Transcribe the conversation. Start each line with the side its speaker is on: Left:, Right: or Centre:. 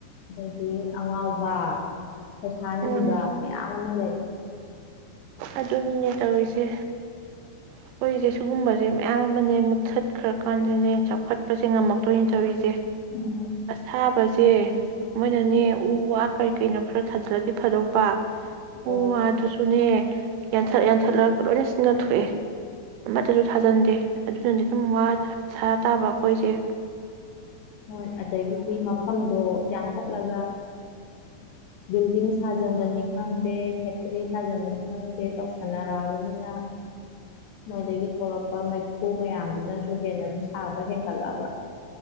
Left: ꯑꯗꯩꯗꯤ ꯑꯉꯥꯎꯕ ꯄꯩꯁꯥꯅꯤꯕ
Right: ꯎꯝ
Left: ꯃꯌꯥꯝ ꯑꯃ ꯂꯩ
Right: ꯑꯗꯨꯅꯤꯅꯦ ꯇꯧꯔꯤꯁꯦ ꯑꯩꯈꯣꯏꯁꯦ ꯁꯤꯒꯨꯝꯕꯁꯦ ꯃꯌꯥꯝ ꯑꯃꯅꯦ ꯃꯨꯠꯊꯠꯈ꯭ꯔꯀꯥꯟꯗꯅꯦ ꯆꯥꯎꯈꯠꯄꯁꯦ ꯉꯝꯃꯛꯇꯣꯏꯅꯦ ꯇꯧꯔꯤꯁꯦ
Left: ꯎꯝ
Right: ꯑꯁꯥꯕꯁꯦ ꯇꯦ ꯃꯣꯏꯅꯅꯦ ꯎ ꯋꯥ ꯀꯩ ꯀꯩꯅꯣ ꯈꯔ ꯊꯥꯖꯤꯜꯂꯗꯤ ꯐꯥꯗꯧꯕ
Left: ꯍꯣꯏ
Right: ꯎ ꯋꯥ ꯗꯨꯁꯨꯅꯦ ꯌꯥꯟꯊꯠ ꯌꯥꯟꯊꯠꯂꯒ ꯂꯣꯏꯅ ꯁꯤꯖꯤꯟꯅ ꯊꯣꯛꯑꯦ ꯑꯃꯠꯇꯁꯨ ꯊꯥꯖꯟꯗꯦ ꯑꯗꯨꯅꯗꯤ ꯑꯗꯨꯝ ꯋꯥ ꯁꯥ ꯇꯥꯕ ꯑꯩꯈꯣꯏꯁꯦ
Left: ꯍꯣꯏ ꯑꯗꯒꯤꯗꯤ ꯃꯐꯝꯗꯣ ꯌꯥꯟꯊꯠꯂꯒ ꯕꯤꯜꯗꯤꯡ ꯁꯥꯖꯟꯕꯅꯤ ꯈꯪꯗꯦ ꯐꯦꯛꯇꯔꯤ ꯁꯥꯖꯤꯟꯕꯅꯤ ꯈꯪꯗꯦ ꯇꯧꯁꯟꯅꯔꯛꯑꯕꯅꯤꯅ ꯃꯣꯏꯗꯒꯤ ꯊꯣꯛꯂꯛꯄ ꯃꯩꯈꯨ ꯃꯌꯥꯝꯗꯨꯅꯁꯨ ꯍꯦꯟꯅꯁꯨ ꯁꯥꯕ ꯍꯦꯟꯒꯠꯂꯕ